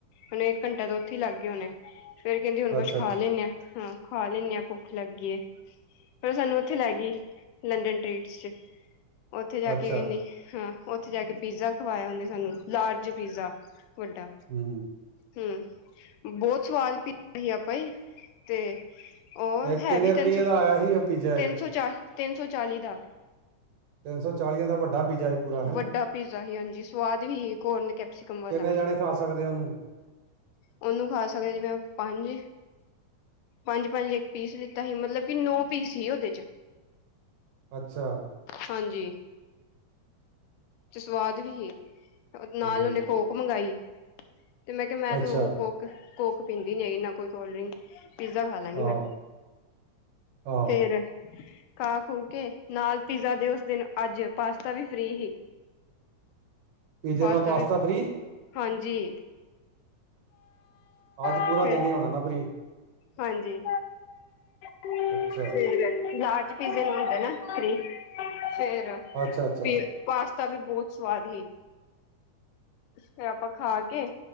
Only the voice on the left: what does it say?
ਹੁਣ ਇੱਕ ਘੰਟੇ ਤਾਂ ਉੱਥੇ ਹੀ ਲੱਗ ਗਿਆ ਹੋਣਾ। ਫੇਰ ਕਹਿੰਦੀ ਹੁਣ ਕੁਛ
ਖਾ
ਲੈਂਨੇ ਹਾਂ ਹਾਂ ਖਾ ਲੈਂਦੇ ਹਾਂ ਭੁੱਖ ਲੱਗੀਏ ਫਿਰ ਸਾਨੂੰ। ਉੱਥੇ ਲੈ ਗਈ, ਲੰਡਨ ਟੀਟਸ, ਚ ਉੱਥੇ ਜਾ
ਕੇ ਕਹਿੰਦੀ ਹਾਂ। ਉੱਥੇ ਜਾ ਕੇ ਪੀਜ਼ਾ ਖਵਾਇਆ ਉਹਨੇ ਸਾਨੂੰ ਲਾਰਜ ਪੀਜ਼ਾ ਵੱਡਾ।
ਹਮ ਬਹੁਤ ਸਵਾਦ ਪੀਜਾ ਆ ਭਾਈ ਤੇ। ਉਹ
ਹੈ
ਵੀ ਤਿੰਨ
ਸੌ
ਤਿੰਨ
ਸੌ ਚਾਲ ਤਿੰਨ ਸੌ ਚਾਲੀ ਦਾ।
ਵੱਡਾ ਪੀਜ਼ਾ ਹੀ ਹਾਂਜੀ, ਸਵਾਦ ਸੀ ਕੋਰਨ ਕੈਪਸੀਕਮ ਵਾਲਾ।
ਉਹਨੂੰ ਖਾ ਸਕਦੇ ਜਿਵੇਂ ਆਪਾ ਪੰਜ। ਪੰਜ ਪੰਜ ਇੱਕ ਪੀਸ ਲਿੱਤਾ ਸੀ ਮਤਲਬ ਕਿ ਨੋ ਪੀਸ ਸੀ ਉਹਦੇ ਚ।
ਹਾਂਜੀ। ਤੇ ਸਵਾਦ ਵੀ ਸੀ ਨਾਲ
ਉਹਨੇ ਕੋਕ ਮੰਗਾਈ ਤੇ ਮੈਂ ਕਿਹਾ ਮੈਂ
ਤੇ ਕੋਕ। ਕੋਕ ਪੀਂਦੀ ਨੀ ਹੈਗੀ ਨਾ ਕੋਈ ਕੋਲਡਰਿੰਕ। ਪੀਜ਼ਾ ਖਾ ਲਾਂਗੀ
ਮੈਂ
ਫੇਰ। ਖਾ ਖੂ ਕੇ ਨਾਲ ਪੀਜ਼ਾ ਦੇ ਉਸ ਦਿਨ ਅੱਜ ਪਾਸਤਾ ਵੀ ਫ੍ਰੀ ਸੀ।
ਪਾਸਤਾ
ਵੀ
ਹਾਂਜੀ।
ਫੇਰ
ਹਾਂਜੀ ਤੇ
ਲਾਰਜ। ਪੀਜੇ ਨਾਲ਼ ਹੁੰਦਾ ਨਾ ਫੇਰ
ਪਾਸ। ਤਾ ਵੀ ਬਹੁਤ ਸਵਾਦ ਸੀ ਫਿਰ ਆਪਾਂ ਖਾ ਕੇ।